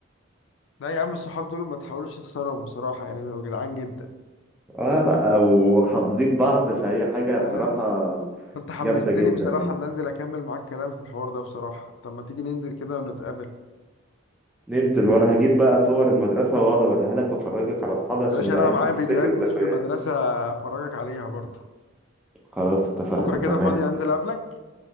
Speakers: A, on the left (about 75°); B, in the centre.
A: لا يا عم الصحاب دول ما تحاولوش تخسرهم بصراحة يعني بيبقوا جدعان جدا
B: اه لا وحافظين بعض فهي حاجة
A: آه.
B: بصراحة
A: انت حمستني
B: جامدة جدا
A: بصراحة
B: يعني
A: ان انزل اكمل معاك كلام في الحوار ده بصراحة طب ما تيجي ننزل كده ونتقابل
B: ننزل وانا هجيب بقى صور المدرسة واقعد اوريها لك وافرجك على اصحابي عشان
A: يا باشا
B: نعيد
A: انا معايا
B: نفتكر
A: فيديوهات
B: الذكريات
A: كتير في المدرسة افرجك عليها برضه
B: خلاص اتفقنا
A: بكرة كده
B: تمام
A: فاضي انزل اقابلك